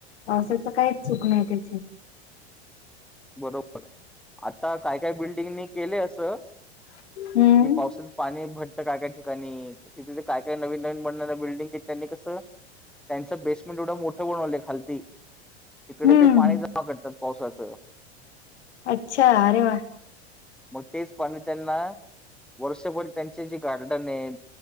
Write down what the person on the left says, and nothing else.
पावसाच काहीच चूक नाही त्याची.
हम्म
हम्म
अच्छा. अरे वा!